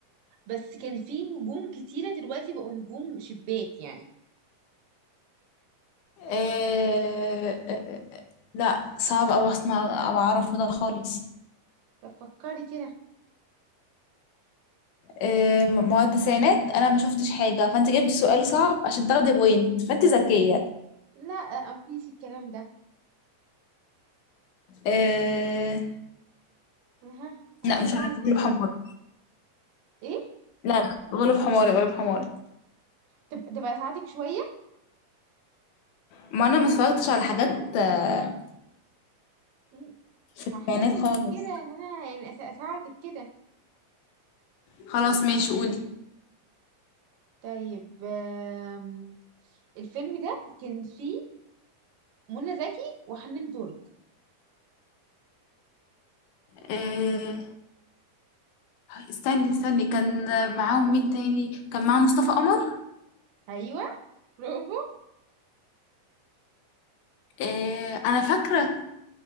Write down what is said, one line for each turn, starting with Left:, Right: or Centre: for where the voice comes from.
Right: بس كان فيه نجوم كتيرة دلوقتي بقوا نجوم شباك يعني
Left: آه... آه، آه، آه، لا صعب اوي اصلا أبقى اعرف ده خالص
Right: طب فكري كده
Left: آم، ما هو التسعينات انا ما شفتش حاجه فانت جبت سؤال صعب عشان تاخدي بوينت فانت ذكيه
Right: لا آه، مفيش الكلام ده
Left: آه،
Right: اها عايزه
Left: لا مش
Right: اساعدك
Left: عارفه غلب حماري
Right: ايه
Left: لا لا غلب حماري غلب حماري
Right: تب- تبقى اساعدك شويه
Left: ما انا ما اتفرجتش على حاجات آه،
Right: مم. هحاول
Left: تسعينات خالص
Right: كده ان انا يعني أس- اساعدك كده
Left: خلاص ماشي قولي
Right: طيب آم، الفيلم ده كان فيه منى زكي وحنان ترك
Left: آه، استني استني كان معاهم مين تاني كان معاهم مصطفى قمر
Right: ايوه برافو
Left: آه، انا فاكره